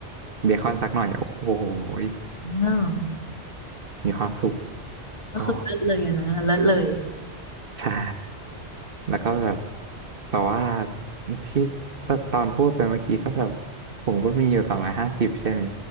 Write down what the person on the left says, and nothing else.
อืม
ก็คือเลิศเลยอันนั้นนะเลิศเลย